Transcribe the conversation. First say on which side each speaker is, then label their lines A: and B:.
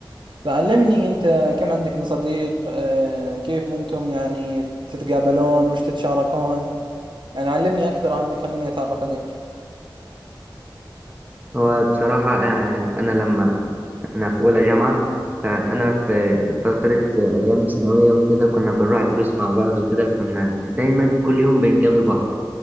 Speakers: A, on the right; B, on the right.
A: فعلمني أنت كم عندك من صديق أه كيف أنتم يعني تتقابلون وش تتشاركون يعني علمني أكثر عنك خليني أتعرف عليك
B: هو بصراحة آه، أنا لما أنا في أولى جامعة فأنا في فترة آه، أيام ثانوية وكده كنا بنروح دروس مع بعض وكده كنا دايما كل يوم بنقابل بعض